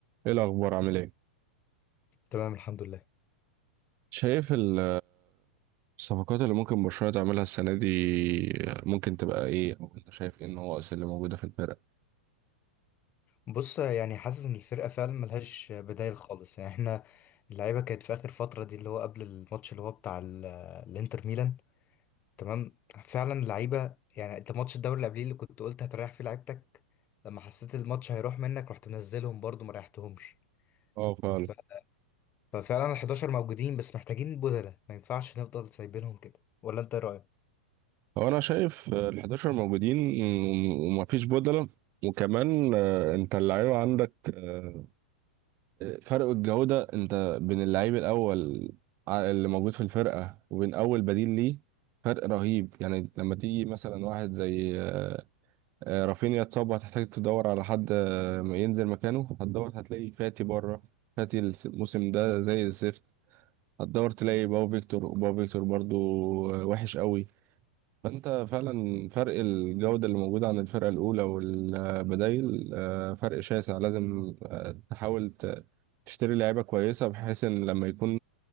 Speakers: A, on the right; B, on the left.
A: ايه الاخبار عامل ايه
B: تمام الحمد لله
A: شايف ال- الصفقات اللي ممكن برشلونة تعملها السنة دي ممكن تبقى ايه او انت شايف ايه النواقص اللي موجودة في الفرقة
B: بص يعني حاسس ان الفرقه فعلا ملهاش بدايل خالص يعني احنا اللعيبه كانت في اخر فتره دي اللي هو قبل الماتش اللي هو بتاع ال- الانتر ميلان تمام فعلا اللعيبه يعني انت ماتش الدوري اللي قبليه اللي كنت قلت هتريح فيه لعيبتك لما حسيت الماتش هيروح منك رحت منزلهم برضو ما ريحتهمش
A: اه فعلا
B: ف- ففعلا ال 11 موجودين بس محتاجين بدلة ما ينفعش نفضل سايبينهم كده ولا انت إيه رايك
A: هو انا شايف ال 11 موجودين وما فيش بدلة وكمان آه، انت اللعيبة عندك آه، فرق الجودة انت بين اللعيب الاول ع- اللي موجود في الفرقة وبين اول بديل ليه فرق رهيب يعني لما تيجي مثلا واحد زي آه، رافينيا اتصاب وهتحتاج تدور على حد آه، ينزل مكانه هتدور هتلاقي فاتي بره فاتي الموسم ده زي الزفت هتدور تلاقي باو فيكتور وباو فيكتور برضو آه، وحش قوي فانت فعلا فرق الجودة اللي موجودة عن الفرقة الأولى والبدايل آه، فرق شاسع لازم آه، تحاول ت- تشتري لعيبة كويسة بحيث ان لما يكون